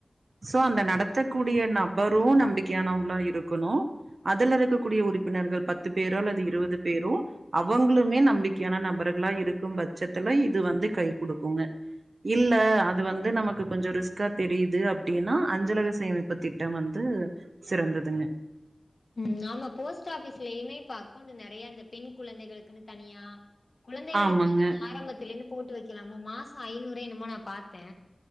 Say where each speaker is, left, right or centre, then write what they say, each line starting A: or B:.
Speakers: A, on the right; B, on the left.
A: சோ அந்த நடத்தக் கூடிய நபரு நம்பிக்கையானவுங்ளா இருக்குணு அதுல இருக்கக்கூடிய உறுப்பினர்கள் பத்து பேரோ அல்லது இருவது பேரோ அவங்களுமே நம்பிக்கையான நபர்களா இருக்கும் பட்சத்துல இது வந்து கை குடுக்குங்க இல்ல அது வந்து நமக் கு கொஞ்சொ ரிஸ்க்கா தெரியுது அப்டின்னா அஞ்சலக சேமிப்பு திட்டம் வந்து சிறந்ததுங்க
B: ம் ஆமா போஸ்ட் ஆபிஸ்லயுமே இப்ப அக்கௌண்ட் நெறய இந்த பெண் குழந்தைகளுக்குன்னு தனியா குழந்தைகளுக்குனு
A: ஆமாங்க
B: நீங்க ஆரம்பத்துலே இருந்து போட்டு வக்கலாம் மாசம் ஐநூறு என்னமோ நா பாத்தே